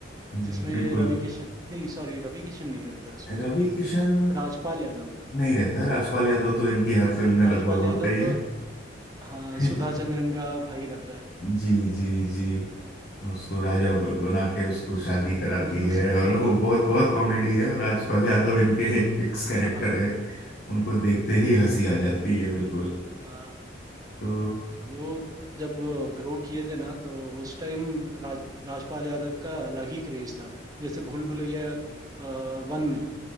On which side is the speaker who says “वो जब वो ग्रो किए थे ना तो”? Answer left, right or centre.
Right